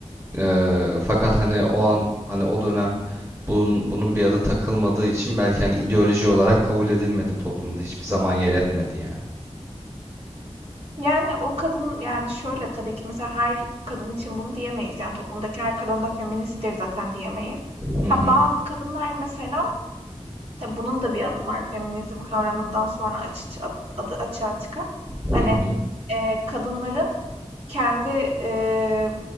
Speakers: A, on the right (about 25°); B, on the right (about 55°).
A: Eee, fakat hani o an hani o dönem bunun, bunun bir adı takılmadığı için belki hani ideoloji olarak kabul edilmedi toplumda hiçbir zaman yer etmedi yani.
B: Yani o kadın yani şöyle tabii ki mesela her kadın için bunu diyemeyiz. Yani toplumdaki her kadın da feministtir zaten diyemeyiz.
A: Hı
B: Ha,
A: hı
B: bazı kadınlar mesela tabii bunun da bir adı var feminizm kavramından sonra açı, adı, adı açığa çıkan.
A: hı
B: Hani
A: hı
B: e, kadınların kendi, eee,